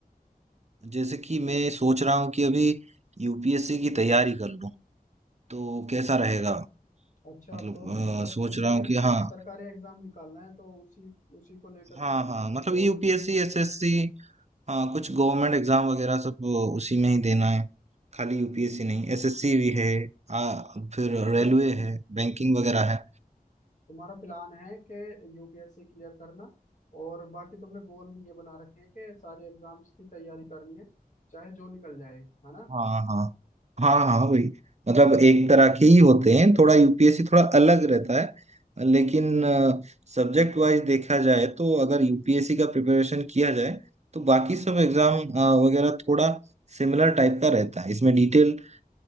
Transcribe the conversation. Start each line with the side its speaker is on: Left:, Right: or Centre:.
Right: जैसे कि मैं सोच रहा हूँ कि अभी यूपीएससी की तैयारी कर लूं तो कैसा रहेगा
Left: अच्छा
Right: मतलब
Left: तो मतलब
Right: अ, सोच
Left: तुमने
Right: रहा हूँ
Left: अ,
Right: कि हाँ
Left: सरकारी एग्जाम निकालना है तो उसी उसी को लेकर
Right: हाँ
Left: के तुमने
Right: हाँ
Left: अपना
Right: मतलब
Left: गोल
Right: यूपीएससी एसएससी हाँ कुछ गवर्नमेंट एग्जाम वगैरह सब वो उसी में ही देना है खाली यूपीएससी नहीं एसएससी भी है आ, फिर
Left: अच्छा मतलब
Right: रेलवे
Left: तुम
Right: है बैंकिंग वगैरह है
Left: तुम्हारा प्लान है कि यूपीएससी क्लियर करना और बाकी तुमने गोल भी ये बना रखे हैं कि सारे एग्जाम्स की तैयारी करनी है चाहे जो निकल जाए है ना
Right: हाँ हाँ हाँ हाँ वही मतलब एक तरह के ही होते हैं थोड़ा यूपीएससी थोड़ा अलग रहता है लेकिन सब्जेक्ट वाइज देखा जाए तो अगर यूपीएससी का प्रिपरेशन किया जाए तो बाकी सब एग्जाम वगैरह थोड़ा सिमिलर टाइप का रहता है इसमें डिटेल